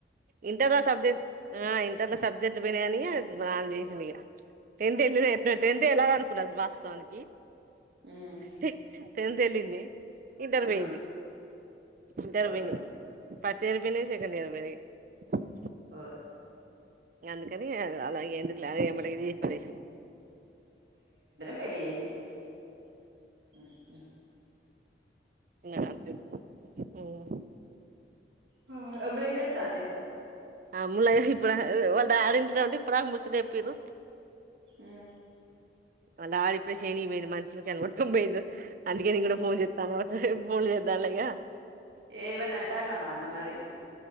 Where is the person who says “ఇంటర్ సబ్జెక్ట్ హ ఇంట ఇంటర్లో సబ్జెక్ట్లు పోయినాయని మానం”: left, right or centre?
Right